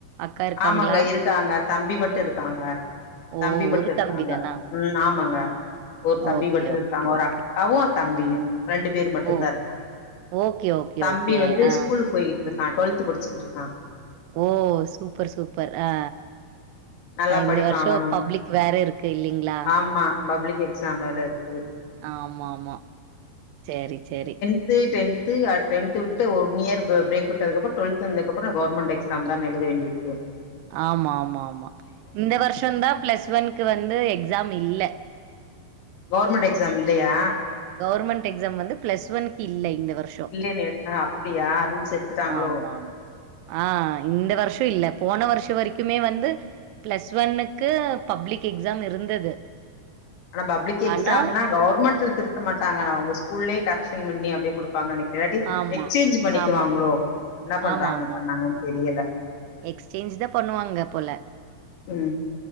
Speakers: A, on the right (about 85°); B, on the left (about 70°).
A: அக்கா இருக்காங்களா?
B: ஆமாங்க இருக்காங்க தம்பி மட்டு இருக்காங்க
A: ஓ!
B: தம்பி மட்டு இருக்காங்க
A: தம்பி தானா?
B: ம் ஆமாங்க ஒரு தம்பி
A: ஓகே,
B: மட்டு
A: ஓகே,
B: இருக்காங்க ஒரு
A: ஓகே.
B: அக் காவு தம்பியு ரெண்டு பேர் மட்டுந்தான்
A: ஓ!
B: இருக்காங்க
A: ஓகே, ஓகே,
B: தம்பி
A: ஓகே.
B: வந்து
A: ஆ.
B: ஸ்கூலுக்கு போய்கிட் ருக்கான் டொல்த்து படிச்சுக்கிட்ருக்கான்
A: ஓ சூப்பர் சூப் பர் அ
B: நல்லா
A: இந்த
B: படிப்பா
A: வருஷோ
B: அவனு
A: பப்ளிக் வேற இருக்கு இல்லைங்ளா
B: ஆமா பப்ளிக் எக்ஸாம் வேற இருக்கு
A: ஆமாம்மா சேரி சேரி
B: இப்பயே டென்த்து அ டென்த்து விட்டுட்டு ஒன் இயர் ப பிரேக் விட்டதுக்கப்புறு டொல்த்து வந்தக்கப்புறோ கவ்ர்மெண்ட் எக்ஸாம்தான் எழுத வேண்டியிரு க்கு
A: ஆமா ஆமா ஆமா இந்த வருஷந்தான் பிளஸ் ஒன்னுக்கு வந்து எக்ஸாம் இல்ல
B: கவ்ர்மெண்ட் எக்ஸாம் இல்லையா
A: கவ்ர்மெண்ட் எக்ஸாம் வந்து பிளஸ் ஒன்னுக்கு இல்ல இந்த வருஷ்
B: இல்லைன்னு அ அப்டியா ரூல்ஸ் எடுத்துட்டாங்குளோ
A: ஆமாமா. ஆ இந்த வருஷோ இல்ல போன வருஷோ வரைக்குமே வந்து பிளஸ் ஒன்னுக்கு பப்ளிக் எக்ஸாம் இருந்தது
B: ஆனா பப்ளிக் எக்ஸாம்னா
A: ஆனா
B: கவர்மெண்ட்ல திருத்தமாட்டாங்க அவங்க ஸ்கூல்லே கரெக்ஷன் பண்ணி அப்டியே கொடு ப்பாங்க நெனைக்கிறே இல்லாட்டி
A: ஆமா,
B: எக்ஸ்சேஞ்ச் பண்ணிக்குவாங்களோ
A: ஆமா,
B: என்ன பண்றாங்க
A: ஆமாமா.
B: பண்ணாங்கன்னு தெரியல
A: எக்ஸ்சேஞ்ச் தா பண்ணுவாங்க போல
B: ம்